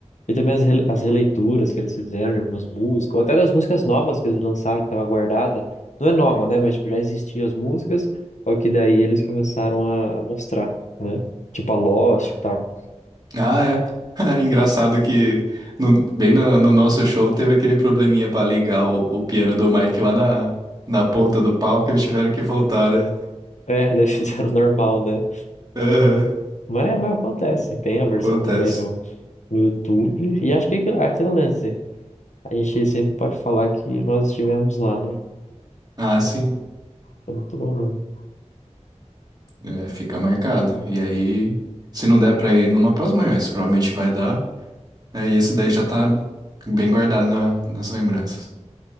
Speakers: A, on the left; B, on the right.
A: E também as, rele- as releituras que eles fizeram de algumas músicas, ou até das músicas novas que eles lançaram, que estava guardada. Não é nova, né? Mas tipo, já existiam as músicas, só que daí eles começaram a, a mostrar, né? Tipo a Lost e tal.
B: Ah, é. <laughs> Engraçado que no- bem no, no nosso show teve aquele probleminha pra ligar o, o piano do Mike lá na, na ponta do palco e eles tiveram que voltar, né?
A: É, daí <laughs> fizeram normal, né?
B: Aham,
A: Mas, mas acontece, tem a versão
B: Acontece.
A: também no, no YouTube. E acho que é aquele lance. A gente sempre pode falar que nós estivemos lá, né?
B: Ah, sim.
A: Foi muito bom mesmo.
B: É, fica marcado. E aí, se não der pra ir numa próxima, mas provavelmente vai dar. Aí esse daí já tá bem guardado na- nas lembranças.